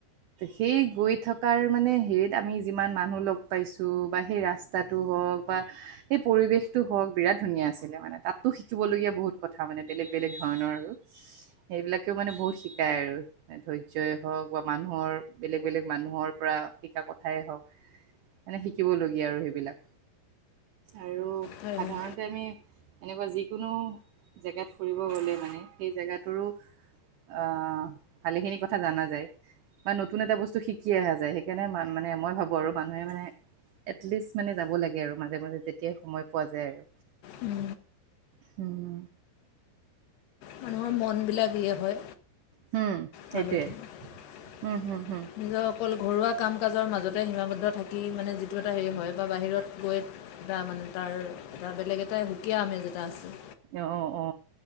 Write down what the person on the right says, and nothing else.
সেই গৈ থকাৰ মানে হেৰিত আমি যিমান মানুহ লগ পাইছো বা সেই ৰাস্তাটো হওঁক বা সেই পৰিৱেশটো হওঁক বিৰাট ধুনীয়া আছিলে মানে তাতো শিকিবলগীয়া বহুত কথা মানে বেলেগ বেলেগ ধৰণৰ আৰু সেইবিলাকেও মানে বহুত শিক শিকাই আৰু ধৈৰ্যই হওঁক বা মানুহৰ বেলেগ বেলেগ মানুহৰ পৰা শিকা কথাই হওঁক মানে শিকিবলগীয়া আৰু সেইবিলাক আৰু
সাধাৰণতে
আমি এনেকুৱা যিকোনো জেগাত ফুৰিব গ'লে মানে সেই জেগাটোৰো আ ভালেখিনি কথা জানা যায় বা নতুন এটা বস্তু শিকি অহা যায় সেইকাৰণে মানে মই ভাবো আৰু মানুহে মানে এটলিষ্ট মানে যাব লাগে আৰু মাজে মাজে যেতিয়াই সময় পোৱা যায় আৰু
হু হ
হম সেইটোৱে
উম হম হম
অ অ